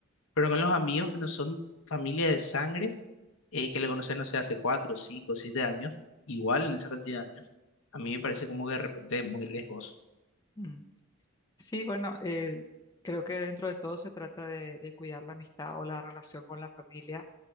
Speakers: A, on the left; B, on the left.
A: pero con los amigos que no son familia de sangre eh, y que le conocen, no sé, hace cuatro, cinco, siete años, igual en esa cantidad de años, a mí me parece como que de repente es muy riesgoso.
B: mm. Sí, bueno, eh, creo que dentro de todo se trata de de cuidar la amistad o la relación con la familia